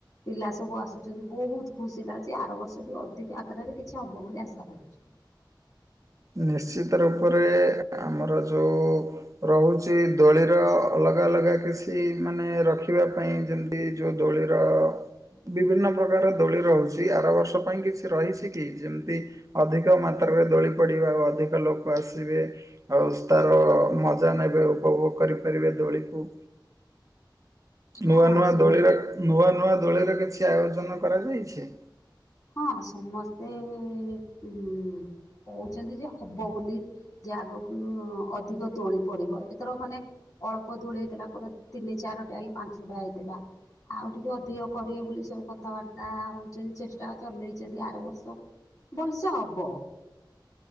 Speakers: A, on the left; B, on the right.
A: ପିଲା ସବୁ ଆସୁଚନ୍ତି ବହୁତ ଖୁସି ଲାଗୁ ସେ ଆର ବର୍ଷ ବି ଅଧିକ ଆକାରରେ କିଛି ହବ ବୋଲି ଆଶା କରୁଚୁ।
B: ନିଶ୍ଚିତ ରୂପରେ ଆମର ଯୋଉ ରହୁଚି ଦୋଳିର ଅଲଗା ଅଲଗା କିଛି ମାନେ ରଖିବା ପାଇଁ ଯେମତି ଯୋଉ ଦୋଳିର ଅ ବିଭିନ୍ନ ପ୍ରକାର ଦୋଳି ରହୁଚି। ଆର ବର୍ଷ ପାଇଁ କିଛି ରହିଚି କି ଯେମିତି ଅଧିକ ମାତ୍ରାରେ ଦୋଳି ପଡିବା ଅଧିକ ଲୋକ ଆସିବେ। ଆଉ ତାର ମଜା ନେବେ। ଉପଭୋଗ କରିପାରିବେ ଦୋଳିକୁ।
A: <inaudible>
B: ନୂଆ ନୂଆ
A: ସେମିତି
B: ଦୋଳି ନୂଆ ନୂଆ ଦୋଳିର କିଛି ଆୟୋଜନ କରାଯାଇଛି?
A: ହଁ ସମସ୍ତେ ଉ କହୁଚନ୍ତି ଯେ ହବ ବୋଲି। ଯେ ଆଗକୁ ଅଧିକ ଦୋଳି ପଡିବ। ଏଥର ମାନେ ଅଳ୍ପ ଦୋଳି ହେଇଥିଲା ପରେ ତିନି ଚାରିଟା ହେ ପାଞ୍ଚଟା ହେଇଥିଲା। ଆଉ ଟିକେ ଅଧିକ କରିବେ ବୋଲି ସବୁ କଥାବାର୍ତ୍ତା ହଉଚନ୍ତି। ଚେଷ୍ଟା ଯାହା ଚଲେଇଚନ୍ତି। ଆର ବର୍ଷ ହବ।